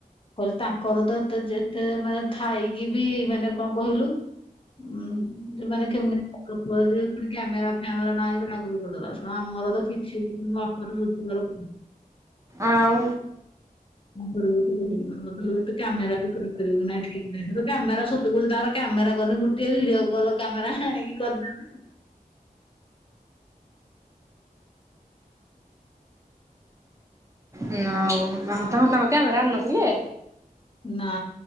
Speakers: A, on the left (about 35°); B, on the right (about 20°).
A: କହିଲେ ତାଙ୍କର ତ ଏତେ ଯେତେ ମା ଥାଇକି ବି ମାନେ କଣ କହିଲୁ। ହୁଁ ଯେ ମାନେ କେମି କପ ପୁଣି କ୍ୟାମେରା ଫ୍ୟାମେରା ନାହିଁ ଲାଗରୁ କରିଦେଲା ଆମର ତ କିଛି ବି ବାପାରୁ ରୁଜଗାର
B: ଆଉ
A: ଆଉର ତୁ କ୍ୟାମେରା ବି କର <unintelligible> କରିବୁ ନା ଠିକ ନହିଁ। ତୁ କ୍ୟାମେରା ତୁଛି ତାଙ୍କର କ୍ୟାମେରା କରନି ଗୋଟେ ଭିଡିଓ କଲ କାମେରା ଆଣିକି କରିଦବ।
B: ନ ଆଉ ତା ତାଙ୍କ କାମରେ ଆଣି ନଥିଲେ
A: ନା